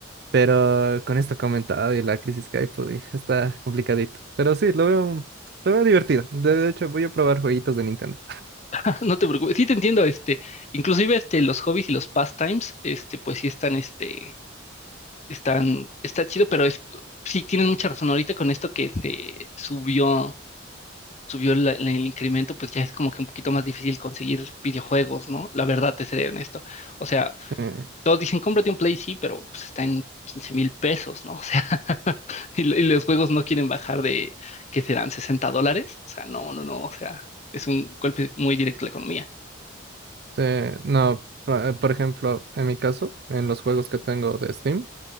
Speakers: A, on the right; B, on the left.
A: Pero con esto comentado y la crisis que hay, pues uy, está complicadito. Pero sí, lo veo, lo veo divertido. De, de hecho, voy a probar jueguitos de Nintendo.
B: <laughs> No te preocupes, sí te entiendo, este, inclusive, este, los hobbies y los pastimes, este, pues sí están, este, están, está chido, pero es, sí tienen mucha razón ahorita con esto que se subió. subió la- la- el incremento, pues ya es como que un poquito más difícil conseguir videojuegos, ¿no? La verdad, te seré honesto. O sea,
A: Eh,
B: todos dicen, cómprate un Play, sí, pero pues, está en quince mil pesos, ¿no? O sea, <laughs> y, lo- y los juegos no quieren bajar de, ¿qué serán? sesenta dólares? O sea, no, no, no, o sea, es un golpe muy directo a la economía.
A: sí, no, pa- por ejemplo, en mi caso, en los juegos que tengo de Steam,